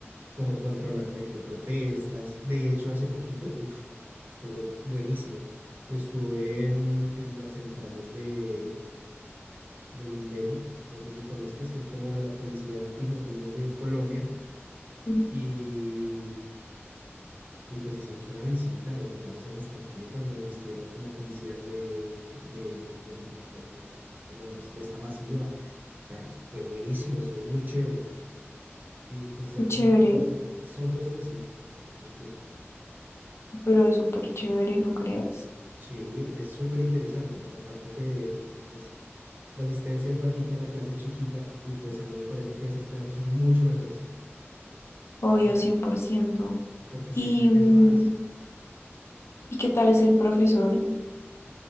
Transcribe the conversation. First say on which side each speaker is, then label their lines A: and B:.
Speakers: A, on the right; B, on the left.
A: cómo controlar, por ejemplo, protestas. De hecho, hace poquito, uff, estuvo buenísimo. Estuve en, en las centrales de, del Undemo, no sé si conozcas, que es como la policía antimotines de Colombia,
B: Mm,
A: y Y pues hicimos una visita, nos montamos en las tanquetas, nos vistieron como policías de, de, de man- como, como de respuesta masiva. O sea, fue buenísimo, estuvo muy chévere. Y pues eh,
B: Qué chévere,
A: básicamente son cosas así. ¿Para qué?
B: pero es súper chévere, ¿no crees?
A: Sí, es súper interesante. Aparte que pues la asistencia es bajita, la clase es chiquita y pues a mí me parece que esas clases son mucho mejores.
B: Obvio,
A: Por-
B: 100%.
A: Porque es
B: ¿Y,
A: que aprendes
B: mm,
A: más.
B: ¿y qué tal es el profesor?